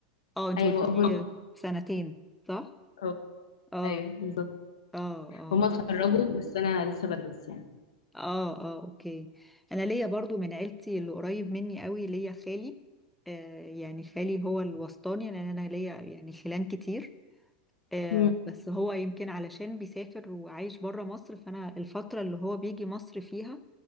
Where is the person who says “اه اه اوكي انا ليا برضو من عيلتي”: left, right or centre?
Centre